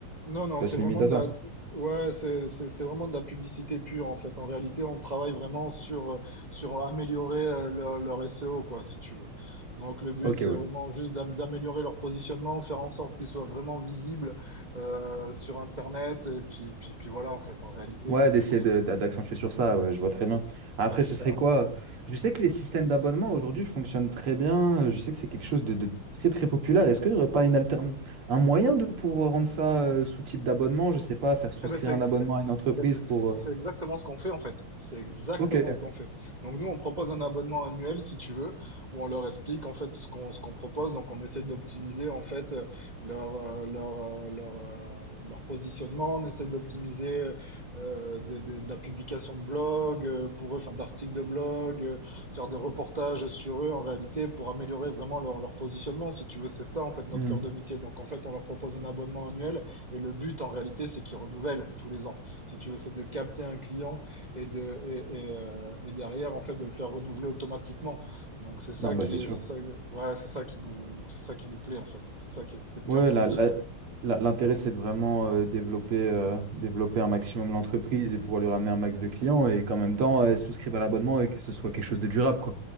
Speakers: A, on the right (about 20°); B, on the right (about 75°).
A: Non, non,
B: Ça
A: c'est
B: se
A: vraiment
B: limite à
A: de
B: ça?
A: la, ouais, c'est, c'est, c'est vraiment de la publicité pure, en fait. En réalité, on travaille vraiment sur, euh, sur améliorer euh, leur, leur SEO, quoi, si tu veux. Donc, le but,
B: Ok,
A: c'est
B: ouais.
A: vraiment juste d'am- d'améliorer leur positionnement, faire en sorte qu'ils soient vraiment visibles, euh, sur Internet, et puis, puis, puis voilà, en fait, en réalité,
B: Ouais,
A: parce
B: d'essayer
A: que,
B: de- d'a- d'accentuer sur ça, ouais, je vois très bien. Après,
A: bah, c'est
B: ce
A: ça.
B: serait quoi? Je sais que les systèmes d'abonnement aujourd'hui fonctionnent très bien. Je sais que c'est quelque chose de, de très très populaire. Est-ce qu'il n'y aurait pas une alterne... un moyen de pouvoir rendre ça euh, sous type d'abonnement? Je sais pas, faire souscrire
A: Eh ben, c'est
B: un abonnement
A: c'est- c'est-
B: à une entreprise
A: ben, c'est-
B: pour.
A: c'est
B: euh,
A: exactement ce qu'on fait en fait. C'est exactement
B: Ok.
A: ce qu'on fait. Donc nous, on propose un abonnement annuel, si tu veux, où on leur explique en fait ce qu'on ce qu'on propose. Donc on essaie d'optimiser en fait euh, leur euh, leur euh, leur, euh, leur positionnement. On essaie d'optimiser euh, des- des- de la publication de blog euh, pour eux, enfin d'articles de blog, euh, faire des reportages sur eux en réalité pour améliorer vraiment leur leur positionnement, si tu veux. C'est ça en fait notre
B: Hmm.
A: cœur de métier. Donc en fait, on leur propose un abonnement annuel et le but, en réalité, c'est qu'ils renouvellent tous les ans. Si tu veux, c'est de capter un client et de, et, et, euh, et derrière, en fait, de le faire renouveler automatiquement. Donc, c'est ça
B: Non, bah
A: qui,
B: c'est
A: est-
B: sûr.
A: c'est ça, ouais, c'est ça qui nous, c'est ça qui nous plaît, en fait. C'est ça qui est, c'est le
B: Ouais,
A: cœur de
B: la-
A: métier.
B: la-
A: hein.
B: la- l'intérêt, c'est de vraiment euh, développer, euh, développer un maximum l'entreprise et pouvoir lui ramener un max de clients et qu'en même temps, elle souscrive à l'abonnement et que ce soit quelque chose de durable, quoi.